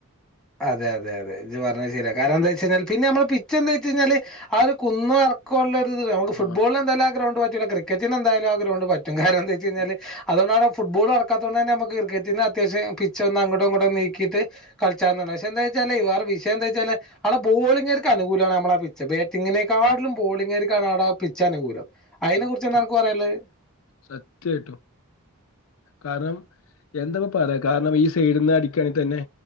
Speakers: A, in the centre; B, on the left.
A: അതെ അതെ അതെ ഇത് പറഞ്ഞ ശരി കാരണം എന്താ വെച്ച കാരണം പിന്നെ മ്മ പി ചോന്ന് ഞ്ഞാല് ആ ഒരു കുന്ന ഇറക്കുള്ള <unintelligible>
B: ആ
A: ഫുട്ബോൾ എന്താലും ആഹ് ഗ്രൗണ്ട് പ ക്രിക്കറ്റന് എന്തായാലും ആ ഗ്രൗണ്ട് പറ്റ് റ്റും കാരണം എന്ത വച്ച് കഴഞ്ഞാല്
B: ഉം,
A: അുകൊണ്ട ഫുട്ബോൾ പക്കത്തൊണ്ട് തന്നെ നമുക്ക് ക്രിക്കറ്റന് അത്യാവശ്യം പിച്ച ഒന്ന് അങ്ങോട്ട്‌ ഇങ്ങോട്ട് നീകീട്ട് പിച്ചാണ് പക്ഷെ എന്താ വച്ചാൽ വേറെ വിഷയംന്താ വച്ചാ ആടെ ബോളിംഗ് ആര്ക് അനുകൂല നമ്മടെ ആ പിച്ച ബാറ്റിങ്ങിനേക്കാും ബോളിങ് ബോളിംഗ് ങ്ങര്ക് പിച്ച് അനുകൂലം അയിനെ
B: സത്യം
A: കുറിച്ച് എന്താണ് അനക്ക് പറയാനുള്ളത്?
B: സത്യയിട്ടും കാരണം എന്താ പറയാ കാരണം ഈ സൈഡിൽ നിന്ന് അടിക്കയാണെങ്ക തന്നെ